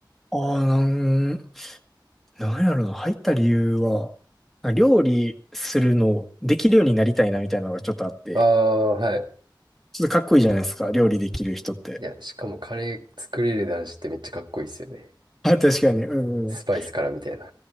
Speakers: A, in the centre; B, on the right.
A: あー、なん、なんやろな。入った理由は、料理するのをできるようになりたいなみたいなのがちょっとあって、
B: ああ、はい。
A: ちょっとかっこいいじゃないですか。料理できる人って。
B: いや、しかもカレー作れる男子ってめっちゃかっこいいですよね。
A: あ、確かに。うんうん。
B: スパイスからみたいな。